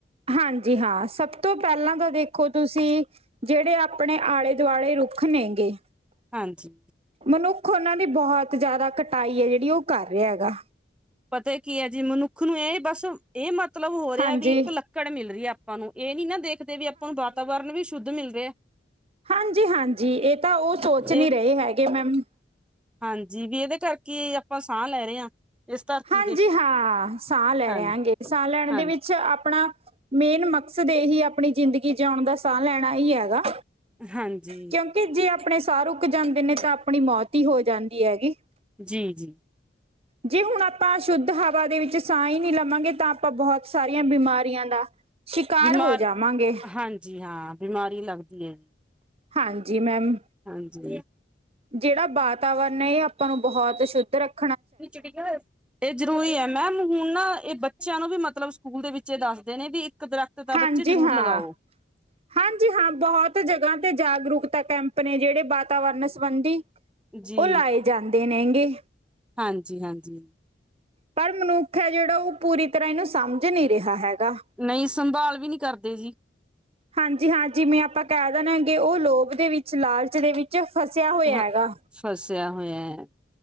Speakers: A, on the right; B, in the centre.
A: ਹਾਂਜੀ ਹਾਂ, ਸਭ ਤੋਂ ਪਹਿਲਾਂ ਤਾਂ ਦੇਖੋ ਤੁਸੀਂ। ਜਿਹੜੇ ਆਪਣੇ ਆਲੇ਼-ਦੁਆਲੇ਼ ਰੁੱਖ ਨੇ ਗੇ
B: ਹਾਂਜੀ!
A: ਮਨੁੱਖ ਉਹਨਾਂ ਦੀ ਬਹੁਤ ਜ਼ਿਆਦਾ ਕਟਾਈ ਐ ਜਿਹੜੀ ਉਹ ਕਰ ਰਿਆ ਗਾ।
B: ਪਤਾ ਕੀ ਐ ਜੀ, ਮਨੁੱਖ ਨੂੰ ਇਹ ਬਸ ਇਹ ਮਤਲਬ ਹੋ ਰਿਆ
A: ਹਾਂਜੀ
B: ਵੀ ਇੱਕ ਲੱਕੜ ਮਿਲ ਰੀ ਐ ਆਪਾਂ ਨੂੰ, ਇਹ ਨੀ ਨਾ ਦੇਖਦੇ ਵੀ ਆਪਾਂ ਨੂੰ ਵਾਤਾਵਰਣ ਵੀ ਸ਼ੁ ਧ ਮਿਲ ਰਿਆ।
A: ਹਾਂਜੀ-ਹਾਂਜੀ ਇਹ ਤਾਂ ਉਹ ਸੋਚ ਨਈਂ
B: ਇਹ
A: ਰਹੇ ਹੈਗੇ ਮੈਮ।
B: ਹਾਂਜੀ, ਵੀ ਇਹਦੇ ਕਰਕੇਆਪਾਂ ਸਾਹ ਲੈ ਰਹੇ ਹਾਂ। ਇਸ ਧਰਤੀ
A: ਹਾਂਜੀ
B: ਤੇ
A: ਹਾਂ। ਸਾਹ ਲੈ
B: ਹਾਂਜੀ।
A: ਰਹੇ ਹੇਗੈ। ਸਾਹ ਲੈਣ
B: ਹਾਂ
A: ਦੇ ਵਿੱਚ ਆਪਣਾ ਮੇਨ ਮਕਸਦ ਇਹੀ ਆਪਣੀ ਜ਼ਿੰਦਗੀ ਜਿਉਣ ਦਾ ਸਾਹ ਲੈਣਾ ਹੀ ਹੈਗਾ।
B: ਹਾਂਜੀ
A: ਕਿਉਂਕਿ ਜੇ ਆਪਣੇ ਸਾਹ ਰੁੱਕ ਜਾਂਦੇ ਨੇ ਤਾਂ ਆਪਣੀ ਮੌਤ ਹੀ ਹੋ ਜਾਂਦੀ ਹੈਗੀ
B: ਜੀ, ਜੀ।
A: ਜੀ ਹੁਣ ਆਪਾਂ ਸ਼ੁੱਧ ਹਵਾ ਦੇ ਵਿੱਚ ਸਾਹ ਹੀ ਨਹੀਂ ਲਵਾਂਗੇ ਤਾਂ ਆਪਾਂ ਬਹੁਤ ਸਾਰੀਆਂ ਬਿਮਾਰੀਆਂ ਦਾ ਸ਼ਿਕਾਰ
B: ਬਿਮਾਰ
A: ਹੋ ਜਾਵਾਂਗੇ
B: ਹਾਂਜੀ ਹਾਂ, ਬਿਮਾਰੀ ਲੱਗਦੀ ਹੈ।
A: ਹਾਂਜੀ, ਮੈਮ।
B: ਹਾਂਜੀ!
A: ਜਿਹੜਾ ਵਾਤਾਵਰਣ ਹੈ ਇਹ ਆਪਾਂ ਨੂੰ ਬਹੁਤ ਸ਼ੁੱਧ ਰੱਖ
B: ਨਿਚੜ ਖ <unintelligible> ਇਹ ਜ਼ਰੂਰੀ ਹੈ ਮੈਮ, ਹੁਣ ਨਾ ਇਹ ਬੱਚਿਆਂ ਨੂੰ ਵੀ ਮਤਲੱਬ ਸਕੂਲ ਦੇ ਵਿੱਚ ਦੱਸਦੇ ਨੇ ਵੀ ਦਰਖਤ ਤਾਂ
A: ਹਾਂਜੀ,
B: ਬੱਚੇ ਜ਼ਰੂਰ
A: ਹਾਂ।
B: ਲਗਾਓ
A: ਹਾਂਜੀ ਹਾਂ, ਬਹੁਤ ਜਗ੍ਹਾ ਤੇ ਜਾਗਰੂਕਤਾ ਕੈਂਪ ਨੇ ਜਿਹੜੇ ਬਾ ਵਾਤਾਵਰਣ ਸੰਬੰਧੀ,
B: ਜੀ
A: ਉਹ ਲਾਏ ਜਾਂਦੇ ਨੇਂਗੇ
B: ਹਾਂਜੀ- ਹਾਂਜੀ।
A: ਪਰ ਮਨੁੱਖ ਹੈ ਜਿਹੜਾ ਉਹ ਪੂਰੀ ਤਰ੍ਹਾਂ ਇਹਨੂੰ ਸਮਂਝ ਨਹੀਂ ਰਿਹਾ ਹੈਗਾ।
B: ਨਹੀਂ, ਸੰਭਾਲ ਵੀ ਨਹੀਂ ਕਰਦੇ ਜੀ।
A: ਹਾਂਜੀ -ਹਾਂਜੀ। ਜਿਵੇ ਆਪਾਂ ਕਹਿ ਦੇਣਾ ਹੇਗੇ ਉਹ ਲੋਭ ਦੇ ਵਿੱਚ, ਲਾਲਚ ਦੇ ਵਿੱਚ ਫਸਿਆ ਹੋਇਆ
B: ਹਾਂ
A: ਹੈਗਾ।
B: ਫਸਿਆ ਹੋਇਆ ਹੈ।